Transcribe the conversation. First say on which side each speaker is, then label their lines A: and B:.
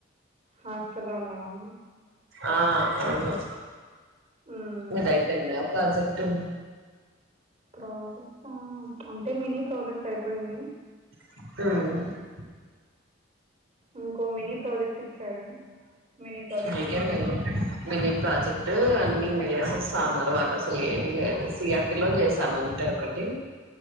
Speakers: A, on the right (about 35°); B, on the right (about 75°).
A: హాస్టల్లో ఉన్నావా
B: ఆ అవును
A: ఉమ్
B: మీదయిపోయింద ప్రాజెక్టు
A: ప్రాజెక్ట్ అంటే మినీ ప్రాజెక్ట్ అయిపోయింది
B: ఉమ్
A: ఇంకో మినీ ప్రాజెక్ట్ ఇచ్చారు మినీ ప్రాజెక్టు
B: మీకే
A: టు
B: మేలు మినీ ప్రాజెక్ట్ అన్ని ఇ చేసేస్తా ఉన్నారు మాకు అసలు ఏమీ లేదు సిఆర్టీ లో చేస్ సెవంతే ఒకటి